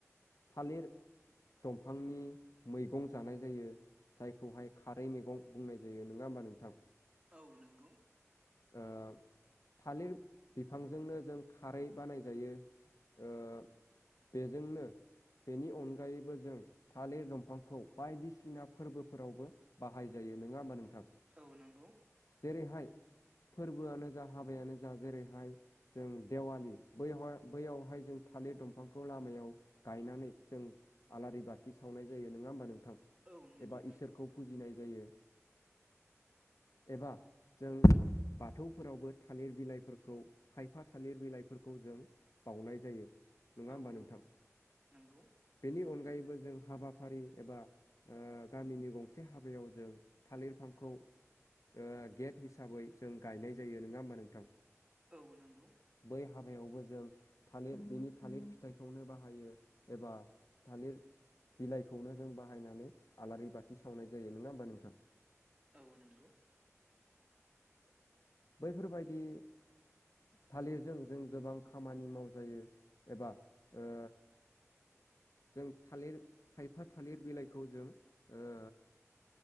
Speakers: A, on the left; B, on the right.
A: थालिर दंफांनि मैगं जानाय जायो। जायखौहाय खारै मैगं बुंनाय जायो नङा होमबा नोंथां।
B: औ नोंगौ।
A: ओ थालिर बिफांजोंनो जों खारै बानायजायो ओ बेजोंनो बेनि अनगायैबो जों थालिर दंफांखौ बायदिसिना फोरबोफोरावबो बाहाय जायो नङा होमबा नोंथां
B: औ नंगौ
A: जेरैहाय फोरबोआनो जा हाबायानो जा जेरैहाय जों देवालि बैहा बैयावहाय जों थालिर दंफांखौ लामायाव गायनानै जों आलारि बाथि सावनाय जायो नङा होमबा नोंथां?
B: औ नंगौ
A: एबा इसोरखौ फुजिनाय जायो एबा जों बाथौफोरावबो थालिर बिलाइफोरखौ खायफा थालिर बिलाइफोरखौ जों बाउनाय जायो। नङा
B: औ
A: होमबा
B: नंगौ
A: नोंथां?
B: नंगौ
A: बेनि अनगायैबो जों हाबाफारि एबा ओ गामिनि गंसे हाबायाव जों थालिर बिफांखौ ओ गेट हिसाबै जों गायनाय जायो नोङा होमबा नोंथां?
B: औ नंगौ।
A: बै हाबायावबो जों थालिर बिनि थालिर फिथाइखौनो बाहायो एबा थालिर बिलाइखौनो जों बाहायनानै आलारि बाथि सावनाय जायो, नङा होमबा नोंथां?
B: औ नंगौ।
A: बैफोरबायदि थालिरजों जों गोबां खामानि माव जायो एबा ओ जों थालिर खायफा थालिर बिलाइखौ जों ओ